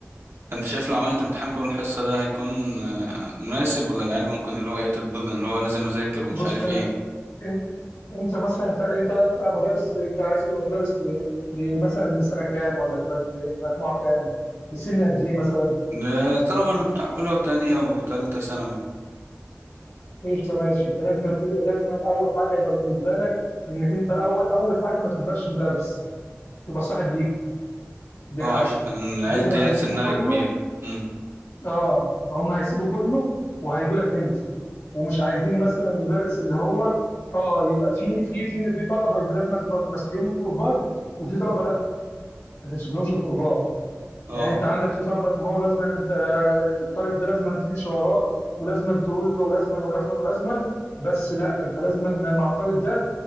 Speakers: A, on the right (about 60°); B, on the left (about 75°).
A: انت شايف لو عملت امتحان كل حصة ده هيكون آه، مناسب ولا العيال ممكن اللي هو ايه تتبضن اللي هو لازم اذاكر ومش
B: بص
A: عارف
B: انا
A: ايه
B: إن- انت مثلا انت انت انت مدرس انت عايز تبقى مدرس ل- ل- مثلا لسنه كام ولا تبقى المجموعه كام؟ لسن قد ايه مثلا؟
A: ده الطلبة اللي بتاع أولى وتانية وتالتة ثانوي
B: ايش ماشي انت لازم تبقى- لازم اول حاجه يبقى بالنسبه لك انك انت اول اول حاجه ما تبقاش مدرس يبقى صاحب ليهم دي
A: اه
B: حاجه
A: عشان العيال
B: دي
A: دي
B: هيسيبوا
A: سنها
B: كله
A: كبير امم
B: اه هم هيسيبوا كله وهيجوا لك انت ومش عايزين مثلا المدرس اللي هو اه يبقى في في في في طلبه يبقى لازم تبقى ماسك لهم الكربات وفي طلبه لا ما تمسكلهمش الكربات
A: اه
B: يعني انت عندك في طلبه ان هو لازم انت آه، الطالب ده لازم تمشي وراه ولازم تقول له لازما ولازما ولازما بس لا انت لازما مع الطالب ده